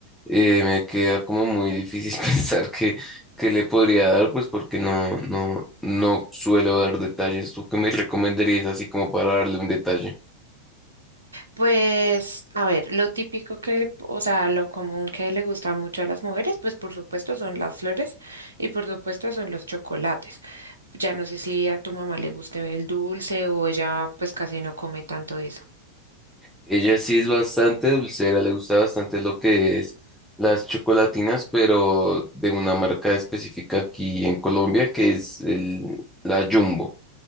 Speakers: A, in the centre; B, on the right.
A: eh, me queda como muy difícil <laughs> pensar que que le podría dar, pues porque no, no, no suelo dar detalles. ¿Tú qué me recomendarías así como para darle un detalle?
B: Pues a ver, lo típico que, o sea, lo común que le gusta mucho a las mujeres, pues por supuesto son las flores y por supuesto son los chocolates. Ya no sé si a tu mamá le guste el dulce o ella pues casi no come tanto de eso.
A: Ella sí es bastante dulcera, le gusta bastante lo que es las chocolatinas, pero de una marca específica aquí en Colombia que es el, la Jumbo.